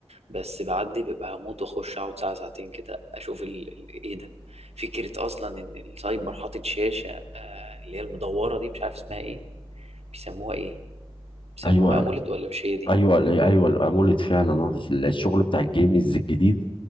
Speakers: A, on the right; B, on the left.
A: بس بعدي ببقى هموت واخش اقعد ساعة ساعتين كده اشوف ال... ال- ايه ده فكرة اصلا ان السايبر حاطط شاشة آه اللي هي المدورة دي مش عارف اسمها ايه بيسموها ايه بيسموها
B: ايوه
A: امولد ولا مش هي دي
B: ايوه ايوه الاموليد فعلا آه، الشغل بتاع الجيمز الجديد